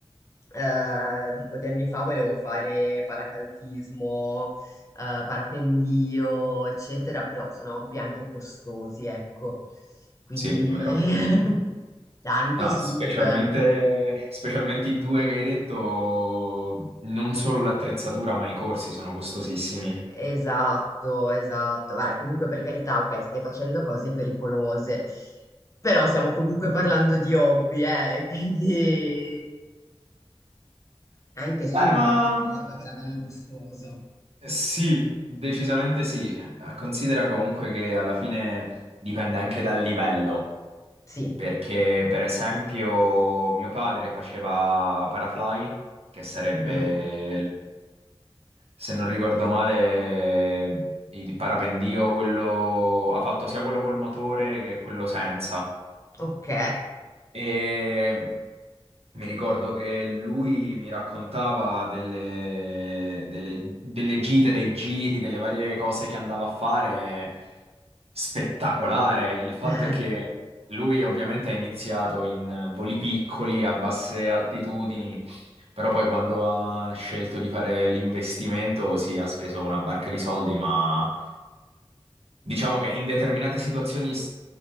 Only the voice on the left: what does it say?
Eh, un po' di anni fa volevo fare paracadutismo, eh, parapendio, eccetera, però sono hobby anche costosi, ecco. Quindi
<laughs> anche
sub.
Esatto, esatto. Beh, comunque per carità, ok, stai facendo cose pericolose, però stiamo comunque parlando di hobby, eh, quindi anche sub,
mi ricordo che era bello gustoso.
Sì.
Mhm,
Ok.
<laughs>